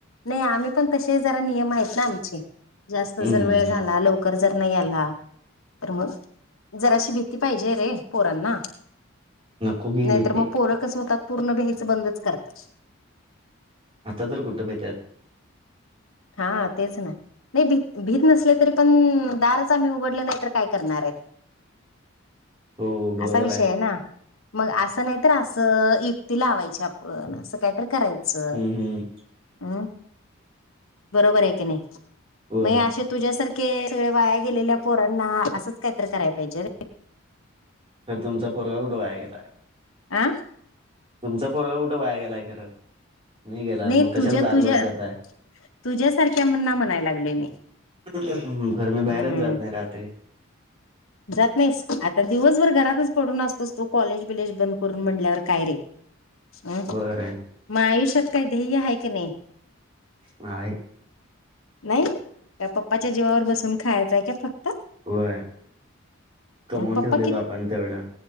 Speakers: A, on the left; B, on the right.
A: नाही आम्ही पण तसे जरा नियम आहेत ना आमचे जास्त
B: हम्म
A: जर वेळ झाला लव कर जर नाही आला तर मग जराशी भीती पाहिजेय रे पोरांना.
B: नको की भीती
A: नाहीतर मग पोरं कस होतात पूर्ण भ्यायचं बंदच करतात.
B: आता तर कुठं भेत्यात?
A: हा तेच ना. नाही भी भीत नसले तरी पण दारच आम्ही उघडले नाही तर काय करणार आहेत?
B: हो बरोबर
A: असा विषय आहे ना. मग असं नाही तर असं युक्ती लावायची आपण असं काय तर करायचं.
B: हम्म हम्म
A: हम्म. बरोबर आहे की नाही
B: होय
A: म हे आशे तुझ्यासारखे सगळ्या वाया गेलेल्या पोरांना असंच काहीतरी कराया पाहिजे रे.
B: तर तुमचा पोरगा कुठं वाया गेलाय?
A: आं?
B: तुमचा पोरगा कुट वाया गेलाय खरं? गेला
A: नाही
B: मग कशाला
A: तुझ्या
B: दार
A: तुझ्या
B: बंद करताय
A: तुझ्या सारख्याना म्हणाया लागलोय मी.
B: हम्म हम्म बर मी बाहेरच
A: हम्म
B: जात नाही रात्री.
A: जात नाहीस आता दिवसभर घरातच पडून असतोस तो तू कॉलेज बीलेज बंद करून म्हणल्यावर काय रे? हम्म
B: होय
A: मग आयुष्यात काही ध्येय आहे की नाही?
B: नाही.
A: नाही का पप्पाच्या जीवावर बसून खायचंय का फक्त?
B: होय कमवून
A: पप्पा
B: ठेवलेय
A: कि
B: बापानं तेवढं.